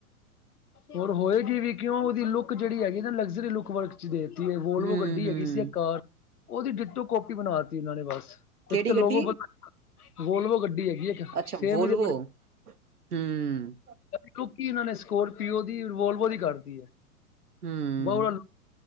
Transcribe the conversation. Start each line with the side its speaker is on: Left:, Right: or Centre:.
Left: ਹੋਰ ਹੋਏਗੀ ਵੀ ਕਿਉਂ ਉਹਦੀ ਲੁੱਕ ਜਿਹੜੀ ਹੈਗੀ ਨਾ ਲਗਜ਼ਰੀ ਲੁੱਕ ਵਰ ਦੇਤੀ ਵੋਲਵੋ
Right: ਹੂੰ
Left: ਗੱਡੀ
Right: ਹੂੰ
Left: ਹੈਗੀ ਸੀ ਇੱਕ ਕਾਰ ਉਹਦੀ ਡਿਟੋ ਕਪੀ ਬਣਾ ਤੀ ਇਹਨਾਂ ਨੇ ਬਸ।
Right: ਕਿਹੜੀ
Left: ਇੱਕ ਤਾਂ ਲੋਕੋ
Right: ਗੱਡੀ
Left: ਬਤਾ ਵੋਲਵੋ ਗੱਡੀ ਹੈਗੀ ਹੈ।
Right: ਅੱਛਾ
Left: ਸੇਮ
Right: ਵੋਲਵੋ
Left: ਇਹ ਦੇ
Right: ਹੂੰ
Left: ਕਿਉਂਕਿ ਇਹਨਾਂ ਨੇ ਸਕੋਰਪੀਓ ਦੀ ਰਿਵੋਲਵੋ ਦੀ ਕਰਤੀ ਹੈ,
Right: ਹੂੰ
Left: ਬਹੁਤ